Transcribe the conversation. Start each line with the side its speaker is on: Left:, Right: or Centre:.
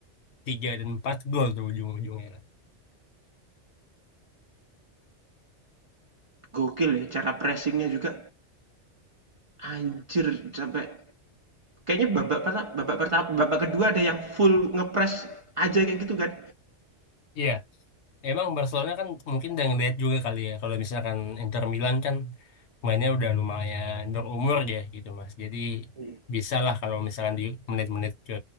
Left: 3 dan 4 gol tuh ujung-ujungnya kan.
Right: Gokil ya cara pressingnya juga, anjir sampai kayaknya babak perta babak pertama babak kedua ada yang full ngepress aja kayak gitu kan.
Left: Iya, emang Barcelona kan mungkin udah ngeliat juga kali ya kalau misalkan Inter Milan kan mainnya udah lumayan berumur ya gitu Mas. Jadi
Right: Mhm.
Left: bisa lah kalau misalkan di menit-menit ke